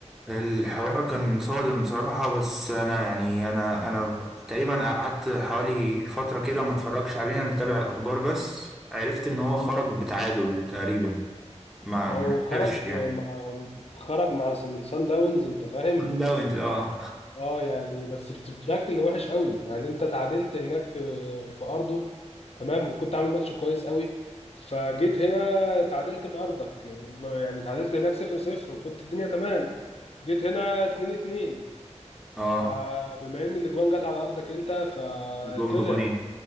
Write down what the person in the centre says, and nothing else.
الحوار كان صادم بصراحة بس أنا يعني أنا أنا تقريبا قعدت حوالي فترة كده ما اتفرجش عليه أنا متابع الأخبار بس عرفت إن هو
خرج بتعادل تقريبا ما
ما
خسرش يعني
سان داونز اه
اه
جون بجونين